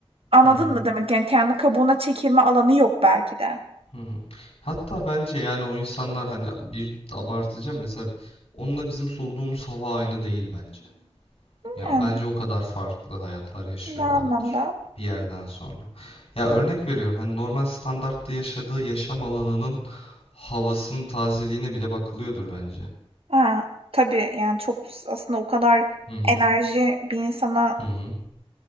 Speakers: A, on the right; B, on the left.
A: Anladın
B: hı hı.
A: mı demek? Yani, kendi kabuğuna çekilme alanı yok belki de.
B: Hı hı. Hatta bence yani o insanlar hani bir abartacağım mesela onunla bizim soluduğumuz hava aynı değil bence. Ya
A: Yani,
B: bence o kadar farklı hayatlar yaşıyorlardır
A: ne anlamda?
B: bir yerden sonra. Ya örnek veriyorum hani normal standartta yaşadığı yaşam alanının havasının tazeliğine bile bakılıyordur bence.
A: Ha, tabii, yani, çok s aslında o kadar
B: Hı hı.
A: enerji bir insana
B: Hı hı.